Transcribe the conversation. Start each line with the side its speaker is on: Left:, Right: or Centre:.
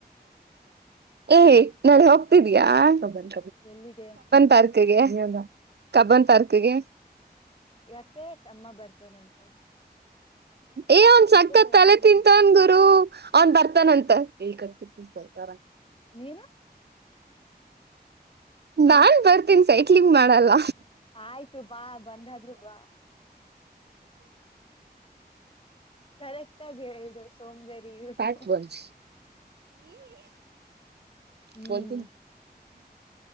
Right: ಏ್ ನಾಳೆ ಹೋಗ್ತಿದಯಾ ಹಬ್ಬನ್
Left: ಎಲ್ಲಿಗೆ
Right: ತಾರ. ತರ್ಕ ಕಬನ ತರ್ಕಗೆ.
Left: ಯಾಕೆ ತಮ್ಮ ಬರ್ತಾನಂತ?
Right: ಏ ಒಂದ ಸಕ್ಕತ್
Left: ಹೋಗ್ತೀನಿ
Right: ತಲೆ ತಿಂತನ್
Left: ನಾನು
Right: ಗುರು? ಅವನ್ ಬರ್ತಾನಂತ ಕತ್ ಕ.
Left: ನೀನು? ನೀನು
Right: ನಾನ್ ಬರ್ತೀನಿ ಸೈಕ್ಲಿಂಗ್ ಮಾಡಲ್ಲ.
Left: ಆಯ್ತು ಬಾ ಬಂದಾದ್ರು ಬಾ. ಕರೆಕ್ಟ್ ಆಗಿ ಹೇಳ್ದ ಸೋಂಬೇರಿ ಇವ್ಳು
Right: ಪ್ಯಾಕ್ ಬಂದ
Left: ಹ್ಮ್
Right: ಬತ